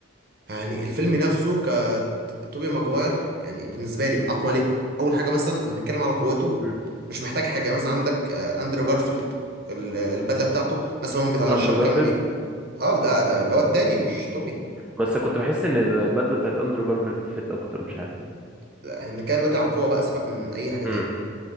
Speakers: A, on the right; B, in the centre.
A: يعني الفيلم نفسه كتوبي ماجواير يعني بالنسبه لي اقوى ليه اول حاجه مثلا هنتكلم على قوته
B: أمم.
A: مش محتاج حاجه مثلا عندك آه، اندرو جارفيلد ال- البدله بتاعته مثلا هو ما بيطلعش
B: أندرو
A: شبكه
B: جارفيلد
A: من ايه اه ده ده اللي هو التاني مش توبي
B: بس كنت بحس إن البدلة بتاعت أندرو جارفيلد فيت أكتر مش عارف ليه
A: لا هنتكلم دلوقتي على القوه بقى سيبك من اي حاجه تاني
B: أمم،